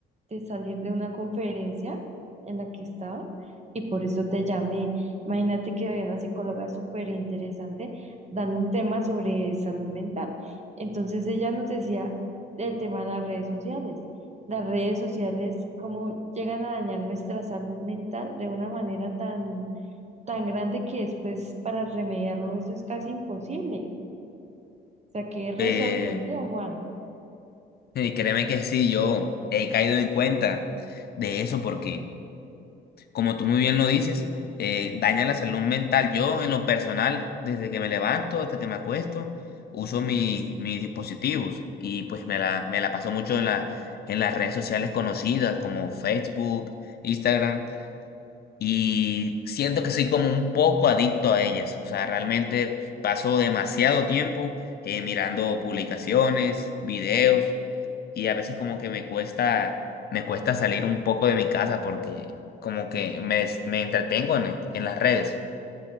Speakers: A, on the right (about 35°); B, on the left (about 50°).
A: de salir de una conferencia en la que estaba y por eso te llamé. Imagínate que había una psicóloga súper interesante dando un tema sobre salud mental. Entonces ella nos decía el tema de las redes sociales. Las redes sociales, cómo llegan a dañar nuestra salud mental de una manera tan, tan grande que después para remediarlo eso es casi imposible. O sea, quedé re
B: Eh,
A: sorprendida, Juan.
B: y créeme que sí, yo he caído en cuenta de eso porque... como tú muy bien lo dices, eh, daña la salud mental. Yo, en lo personal, desde que me levanto hasta que me acuesto, uso mi- mis dispositivos y pues me la, me la paso mucho en la, en las redes sociales conocidas como Facebook, Instagram y siento que soy como un poco adicto a ellas. O sea, realmente paso demasiado tiempo eh, mirando publicaciones, videos y a veces como que me cuesta, me cuesta salir un poco de mi casa porque como que me, des- me entretengo en, en las redes,